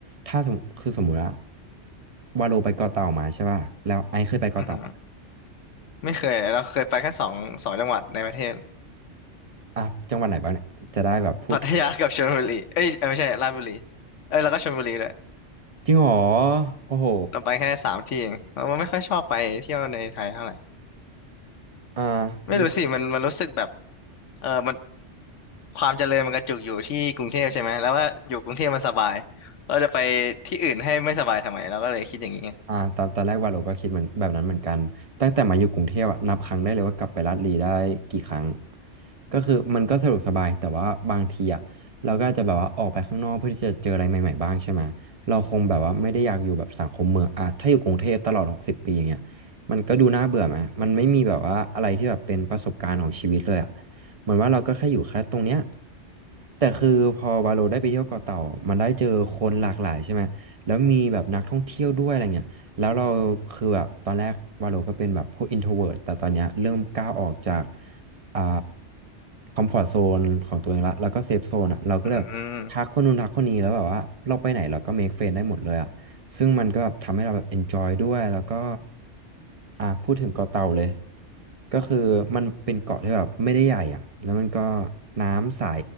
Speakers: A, on the right; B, on the left.
A: ถ้าสมคือสมมุติว่าวาโลไปเกาะเต่ามาใช่ป่ะแล้วไอซ์เคยไปเกาะเต่าปะ
B: อือหือไม่เคยเราเคยไปแค่สองสองจังหวัดในประเทศ
A: อ่ะจังหวัดไหนบ้างเนี่ยจะได้แบบพูดถูก
B: พัทยากับชลบุรีเอ้ยเอ้ยไม่ใช่ราชบุรีเอ้ยแล้วก็ชลบุรีด้วย
A: จริงเหรอโอ้โห
B: เราไปแค่สามที่เองเราไม่ค่อยชอบไปเที่ยวในไทยเท่าไหร่
A: อ่า
B: ไม่รู้สิมันมันรู้สึกแบบเออมันความเจริญมันกระจุกอยู่ที่กรุงเทพใช่ไหมแล้วว่าอยู่กรุงเทพมันสบายเราจะไปที่อื่นให้ไม่สบายทำไมเราก็เลยคิดอย่างนี้ไง
A: อ่าตอนตอนแรกวาโลก็คิดเหมือนแบบนั้นเหมือนกันตั้งแต่มาอยู่กรุงเทพอะนับครั้งได้เลยว่ากลับไปลาดลีได้กี่ครั้งก็คือมันก็สะดวกสบายแต่ว่าบางทีอะเราก็อาจจะแบบว่าออกไปข้างนอกเพื่อที่จะเจออะไรใหม่ๆบ้างใช่ไหมเราคงแบบว่าไม่ได้อยากอยู่แบบสังคมเมืองอะถ้าอยู่กรุงเทพตลอดหกสิบปีอย่างเงี้ยมันก็ดูน่าเบื่อไหมมันไม่มีแบบว่าอะไรที่แบบเป็นประสบการณ์ของชีวิตเลยอะเหมือนว่าเราก็แค่อยู่แค่ตรงเนี้ยแต่คือพอวาโลได้ไปเที่ยวเกาะเต่ามันได้เจอคนหลากหลายใช่ไหมแล้วมีแบบนักท่องเที่ยวด้วยอะไรเงี้ย แล้วเราคือแบบตอนแรกวาโลก็เป็นแบบพวก introvert แต่ตอนเนี้ยเริ่มก้าวออกจากอ่าคอมฟอร์ตโซนของตัวเองละแล้วก็เซฟโซนอ่ะเราก็เลยแบบทักคนนู้นทักคนนี้แล้วแบบว่าเราไปไหนเราก็
B: อืม
A: make friend ได้หมดเลยอ่ะซึ่งมันก็แบบทำให้เราแบบ enjoy ด้วยแล้วก็อ่าพูดถึงเกาะเต่าเลยก็คือมันเป็นเกาะที่แบบไม่ได้ใหญ่อ่ะแล้วมันก็น้ำใส